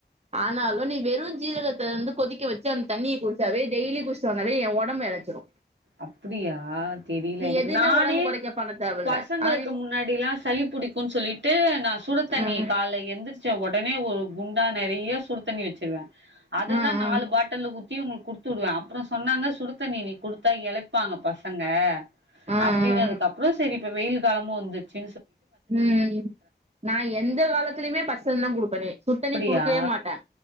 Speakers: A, on the right (about 35°); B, on the right (about 80°).
A: ஆனாலும் நீ வெறும் ஜீரகத்தை வந்து கொதிக்க வச்சு அந்த தண்ணியை குடிச்சாவே டெய்லி குடிச்சட்டு வந்தாவே என் உடம்பு இழச்சிடும்
B: அப்படியா தெரியல எனக்கு
A: எதுமே
B: நானே
A: ஒடம்பு கொறைக்க பண்ண தேவல்ல
B: பசங்களுக்கு
A: ஆ
B: முன்னாடி எல்லாம் சளி புடிக்கும்ன்னு சொல்லிட்டு நான் சுடுத்தண்ணிய
A: ம்
B: கால்ல எந்திரிச் உடனே ஒரு குண்டா நிறைய சுடு தண்ணி வச்சிக்குவேன் அததான்
A: ம்
B: நாலு பாட்டல்ல ஊத்தி உங்களுக்கு குடுத் விட்டுடுவே அப்புறம் சொன்னாங்க சுடு தண்ணி நீ கொடுத்து இழப்பாங்க பசங்க
A: ம்
B: அப்டினதுக்குப்புறம்
A: ம்
B: சரி வெயில் காலமும் வந்துச்சு
A: உம் நா எந்த காலத்திலயுமே பச்ச தண்ணி தான் குடுப்பேனே சுடுத்தண்ணி
B: அப்டியா
A: குடுக்கவே மாட்டேன்